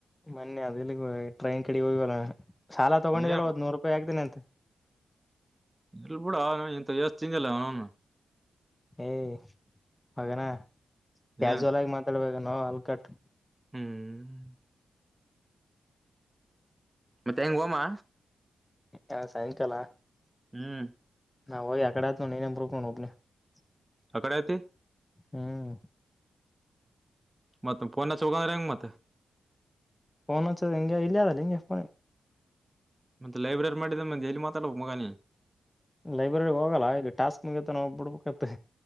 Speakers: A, on the left; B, on the right.
A: ಮೊನ್ನೆ ಅದೆಲ್ಲಿ ಟ್ರೈನ್ ಕಡೆ ಹೋಗ ಸಾಲ ತಗೊಂಡಿದಲ್ಲ
B: ಏನ್
A: ಒದ್ ನೂರು ರೂಪಾಯಿ ಆಗ್ತೀನಿ ಅಂತೆ
B: ಎಲ್ ಬಿೂಡ ಇಂತ ಎಷ್ಟತಿಂಗಲ್ಲ ಅವನು <unintelligible>
A: ಏಯ ಮಗನಾ ಕ್ಯಾಮಜುವಲ್
B: ಏನ್
A: ಆಗಿ ಮಾತಾಡ್ಬೇಕ ನೋ ಅಲ್ಕಟ್
B: ಹ್ಮ್ ಮತ್ತೆ ಹೆಂಗ್ ಹೋಮಾ
A: ಹಾ ಸಾಯಂಕಾಲ
B: ಹ್ಮ್
A: ನಾವು ಆಕಡೆ ನ ನೀೂಕ ಬನೆ <unintelligible>
B: ಅ ಕಡೆ ಆತಿ
A: ಹ್ಮ್
B: ಮತ್ತ ಪೋನ ಅಚ್ಚು ಬೇಕಂದ್ರ ಎಂಗ
A: ಫೋನ್ ಹಚ್ಚದ ಹಿಂಗೆ ಇಲ್ಲ ಅದಲ್ಲ ಹಿಂಗೆಫೋನ್
B: ಮತ್ತತ್ ಲೈಬ್ರರಿ ಮಾಡಿದ ಮ ಎಲ್ಲಿ ಮಾತಾಡ ಮಗನಿ
A: ಲೈಬ್ರರಿ ಹೋಗಲ್ಲ ಇಲ್ಲಿ ಟಾಸ್ಕ್ ಮುಗತ್ತ ನಾವು ಬಿಡ್ಬೇಕತ್ತ